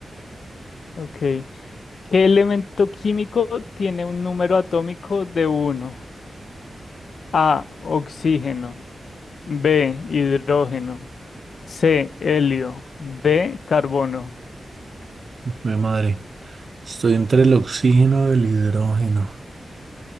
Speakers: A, on the left; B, on the right.
A: Ok. ¿Qué elemento químico tiene un número atómico de uno? A, oxígeno. B, hidrógeno. C, helio. D, carbono.
B: Mi madre, estoy entre el oxígeno y el hidrógeno.